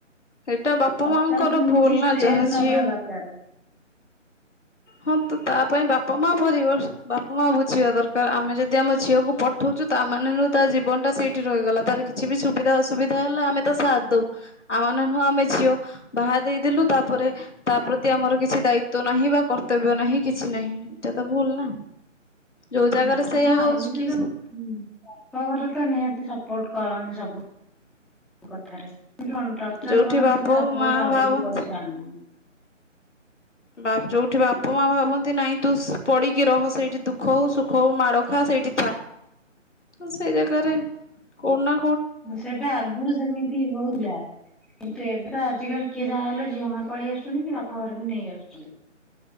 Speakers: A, on the left; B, in the centre.
A: ଏଇଟା ବାପା
B: ସରକାର
A: ମାଙ୍କର
B: କିନ୍ତୁ କିଛି
A: ଭୁଲ
B: ଷ୍ଟେପ
A: ନା। ଯାହା
B: ନବା
A: ଝିଅ
B: ଦରକାର
A: ହଁ ତ ତା ପାଇଁ ବାପା ମା ପରିବାର। ବାପା ମା ବୁଝିବା ଦରକାର ଆମେ ଯଦି ଆମ ଝିଅ କୁ ପଠଉଛୁ ତା ମାନେ ନୁହଁ ତା ଜୀବନ ଟା ସେଇଠି ରହିଗଲା ତାର କିଛି ବି ସୁବିଧା ଅସୁବିଧା ହେଲା ଆମେ ତା ସାଥ ଦଉ। ଆମମାନେ ନୁହଁ ଆମେ ଝିଅ ବାହା ଦେଇଦେଲୁ ତାପରେ ତା ପ୍ରତି ଆମର କିଛି ଦାଇତ୍ୱ ନାହିଁ ବା କର କର୍ତବ୍ୟ ନାହିଁ କିଛି ନାହିଁ। ଏଇଟା ତ ଭୁଲ ନା। ଯୋଉ ଜାଗାରେ
B: ନା ମ
A: ସେଇୟା
B: ହଁ
A: ହଉଛି
B: ଏମିତି
A: କି
B: ତ ହୁଁ ବାପ ଘର ତ ନିହା ସପୋର୍ଟ କରନ୍ତି ସବୁ କଥାରେ। କଣ ଟର୍ଚର
A: ଯୋଉଠି
B: କରନ୍ତି ଯେ ବାପା
A: ମା
B: ଘରୁ ଡ଼ରିକି
A: ଭାବନ୍ତି
B: ପଇସା ଆଣୁନି।
A: ବାପ ଯୋଉଠି ବାପା ମା ଭାବନ୍ତି ନାଇଁ ତୁ ପଡିକି ରହ ସେଇଠି ଦୁଃଖ ହଉ ସୁଖ ହଉ ମାଡ ଖା ସେଇଠି ଥା ତ ସେଇ ଜାଗାରେ କଉନା
B: ସେବେ ଆଗରୁ ସେମିତି ହଉଥିଲା। କିନ୍ତୁ ଏବେ ଆଜିକାଲି କିଏ ଯାହା ହେଲେ ଝିଅ ମାନେ ପଳେଇ ଆସୁଛନ୍ତି କି ବାପା ଘର ବି ନେଇ ଆସୁଛନ୍ତି